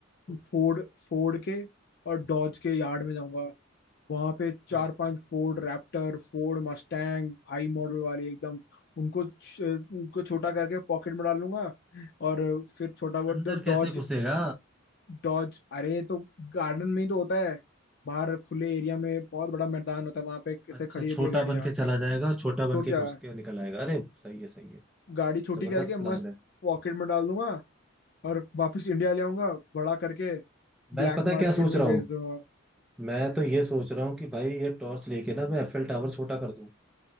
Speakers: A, in the centre; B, on the left.
A: तो-
B: फोर्ड फोर्ड के और डॉज के यार्ड में जाऊंगा वहां पे चार
A: हाँ।
B: पांच Ford Raptor Ford Mustang high model वाले एकदम उनको छ- उनको छोटा करके पॉकेट में डाल लूंगा और फिर छोटा बहुत
A: अंदर
B: Dodge
A: कैसे घुसेगा
B: Dodge अरे तो गार्डन में ही तो होता है बाहर खुले एरिया में बहुत बड़ा मैदान होता है वहां पे कैसे
A: अच्छा
B: खड़ी रहती
A: छोटा
B: है गाड़ियाँ
A: बन के चला जाएगा और छोटा बन
B: तो
A: के
B: क्या
A: घुस के निकल आएगा अरे सही है सही है
B: गाड़ी छोटी
A: जबरदस्त
B: करके
A: प्लान
B: मस्त
A: है
B: पॉकेट में डाल दूंगा और वापस इंडिया ले आऊंगा बड़ा करके ब्लैक
A: मैं पता है
B: मार्केट
A: क्या सोच
B: में
A: रहा
B: बेच
A: हूँ
B: दूंगा
A: मैं तो ये सोच रहा हूँ कि भाई ये टॉर्च लेके ना मैं एफएल टावर छोटा कर दूँ